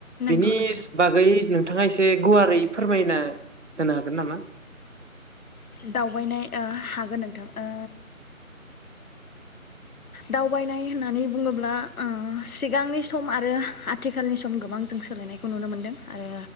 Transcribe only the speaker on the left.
नंगौ
नोंथां
दावबायनाय ओ हागोन नोंथां ओ दावबायनाय होननानै बुङोब्ला ओ सिगांनि सम आरो आ आथिखालनि सम गोबां जों सोलायनायखौ नुनो मोनदों आरो